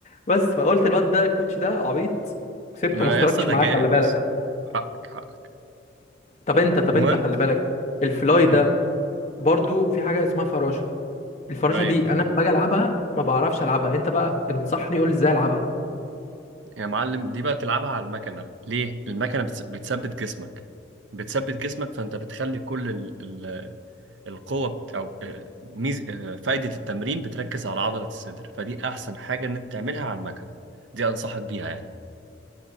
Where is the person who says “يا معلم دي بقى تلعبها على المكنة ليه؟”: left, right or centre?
Right